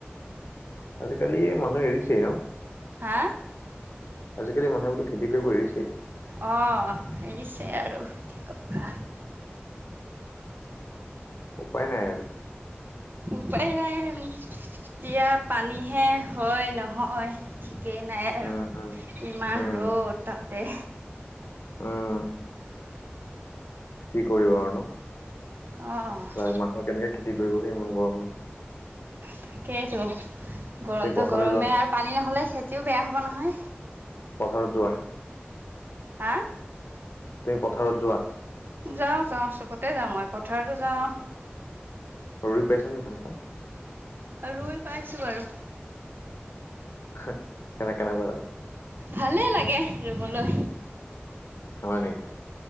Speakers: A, on the left (about 75°); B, on the right (about 55°).
A: আজিকালি মানুহে এৰিছেই ন?
B: হা?
A: আজি কালি মানুহে বোলো খেতি কৰিব এৰিছেই।
B: অ', এৰিছেই আৰু। ক'বা
A: উপায় নাই আৰু।
B: উপায় নাই আৰু। এতিয়া পানীহে হয় নহয় ঠিকেই নাই আৰু,
A: উম উম
B: ইমান
A: উম
B: ৰ'দ তাতে।
A: উম কি কৰিবা আৰু ন।
B: অ'।
A: বা মানুহে কেনেকে খেতি কৰিব হে ইমান গৰমত।
B: তাকেতো, গৰমটো
A: তুমি পথাৰলে
B: গৰমে
A: যোৱা নাই
B: আৰু পানী ন'হলে খেতিও বেয়া হ'ব নহয়।
A: পথাৰত যোৱা।
B: আ?
A: তুমি পথাৰত যোৱা?
B: যাওঁ, যাওঁ চবতে যাওঁ মই পথাৰতো যাওঁ
A: ৰুই পাইছনে ধান চান?
B: ৰুই পাইছোঁ বাৰু।
A: কেনে কেনেকুৱে লাগে?
B: ভালে লাগে ৰুবলৈ।
A: হয় নেকি?